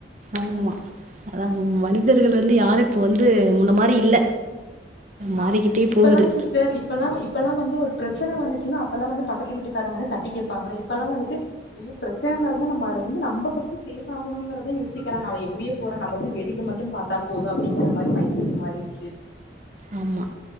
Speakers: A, on the right; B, on the left.
A: ஆமா அதா மனிதர்கள் வந்து யாரு இப்போ வந்து முன்ன மாரி இல்ல மாறிக்கிட்டே
B: ஆமா இப்பெல்லா
A: போகுது.
B: சிஸ் டர் இப்பெல்லா இப்பலா வந்து ஒரு பிரச்சன வந்துச்சுன்னா அப்பெல்லா வந்து பக்கத்து வீட்டுக்காரங்க வந்து தட்டி கேப்பாங்க இப்பெல்லா வந்துட்டு ஐயோ பிரச்சன நடந்தா நம்ம அதுல வந்து நம்ப ஃபஸ்ட் சேஃப் ஆகணுங்குறதா யோசிக்கிறாங்க அவ எப்டியே போறோ நம்ப வந்து வேடிக்க மட்டு பாத்தா போது அப்டிங்கிற மாரி மைன்செட் மாறிச்சு
A: ஆமா